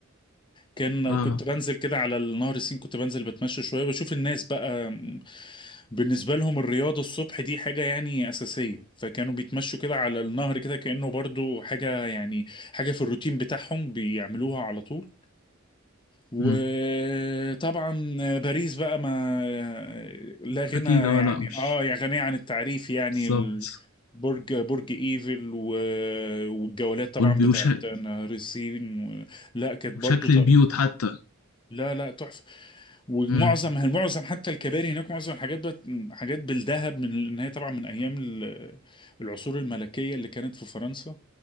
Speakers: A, on the left; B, on the left.
A: كان
B: فاهمك
A: كنت بنزل كده على النهر السين كنت بنزل بتمشى شوية وبشوف الناس بقى م، بالنسبة لهم الرياضة الصبح دي حاجة يعني أساسية فكانوا بيتمشوا كده على النهر كده كأنه برضو حاجة يعني حاجة في الروتين بتاعهم بيعملوها على طول وطبعا
B: مم.
A: باريس بقى ما لا غنى
B: أكيد
A: يعني
B: اه لأ مش
A: اه يا غنية عن التعريف يعني
B: بالظبط
A: ال- برج برج ايفل و... والجولات طبعا
B: والبيوت
A: بتاعت نهر السين و... لا كانت برضو
B: شكل
A: ط...
B: البيوت حتى
A: لا لا تحفة ومعظم
B: امم
A: معظم حتى الكباري هناك معظم الحاجات بقت حاجات بالذهب من ان هي طبعا من ايام ال- العصور الملكية اللي كانت في فرنسا